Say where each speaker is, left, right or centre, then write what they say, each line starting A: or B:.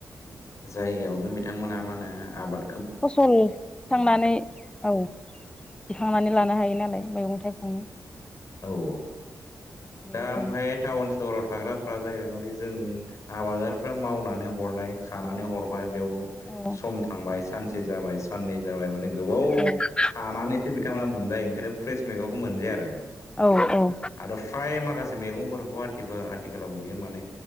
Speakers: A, on the left; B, on the left.
A: जायगायावनो बिथांमोना मा होनो आबाद।
B: फसल थिखांनानै औ दिखांनानै लानो हायो नालाय मैगं-थाइगं औ।
A: औ औ
B: बेनिखायनो
A: दा ओमफ्राय टाउन सहराव। थाग्राफ्रा जाहैबाय माने जों आबादारिफ्रा मावनानै हरनाय खानानै हरबाय। बेयाव
B: औ
A: सम थांबाय सानसे जाबाय साननै जाबाय माने। गोबाव
B: औ
A: हानानैसो बिथांमोना मोनजायो ओंखायनो फ्रेस मैगंखौ मोनजाया आरो। आरो
B: औ
A: फ्राय माखासे। मेगफोरखौ आथिाल आथिखालाव नुयो माने